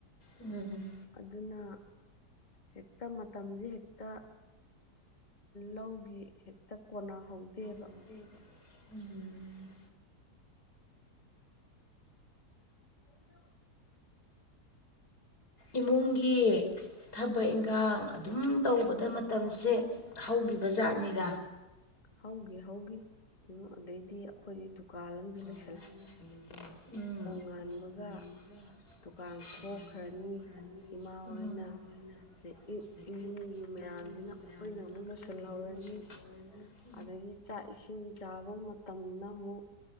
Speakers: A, on the left; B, on the left.
A: ꯎꯝ
B: ꯑꯗꯨꯅ ꯍꯦꯛꯇ ꯃꯇꯝꯁꯦ ꯍꯦꯛꯇ ꯂꯧꯒꯤ ꯍꯦꯛꯇ ꯀꯣꯟꯅꯍꯧꯗꯦꯕ
A: ꯍꯧꯗꯤꯗ ꯎꯝ
B: ꯀꯩꯅ
A: ꯏꯃꯨꯡꯒꯤ ꯊꯕꯛ ꯏꯟꯈꯥꯡ ꯑꯗꯨꯝ ꯇꯧꯕꯗ ꯃꯇꯝꯁꯦ ꯍꯧꯈꯤꯕ ꯖꯥꯠꯅꯤꯗ
B: ꯍ‌ꯣꯒꯤ ꯍ‌ꯣꯒꯤ ꯑꯗꯩꯗꯤ ꯑꯩꯈꯣꯏꯒꯤ ꯗꯨꯀꯥꯟ ꯑꯃꯁꯨ ꯂꯩ
A: ꯎꯝ
B: ꯉꯥꯟꯕꯒ ꯗꯨꯀꯥꯟ ꯊꯣꯛꯈ꯭ꯔꯅꯤ ꯏꯃꯥ
A: ꯎꯝ
B: ꯍꯣꯏꯅ ꯑꯗꯩ ꯏꯃꯨꯡꯒꯤ ꯃꯌꯥꯝꯁꯤꯅ ꯑꯩꯈꯣꯏꯅ ꯑꯃꯨꯛ ꯂꯣꯏꯁꯤꯜꯍꯧꯔꯅꯤ ꯑꯗꯒꯤ ꯆꯥꯛ ꯏꯁꯤꯡ ꯆꯥꯕ ꯃꯇꯝꯗꯅꯥ ꯑꯃꯨꯛ